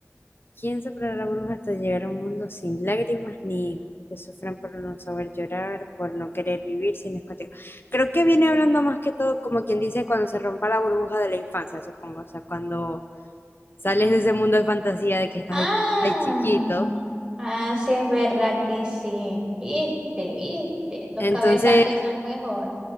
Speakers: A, on the left (about 45°); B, on the right (about 20°).
A: ¿Quién soplará bruja hasta llegar a un mundo sin lágrimas ni hijos? Que sufran por no saber llorar, por no querer vivir sin escoteo. Creo que viene hablando más que todo como quien dice cuando se rompa la burbuja de la infancia, supongo. O sea, cuando sales de ese mundo de fantasía de que estás
B: Ah,
A: ahí, ahí chiquito.
B: ah, sí es verdad que sí. Viste, viste. Dos
A: Entonces,
B: cabezas piensan mejor.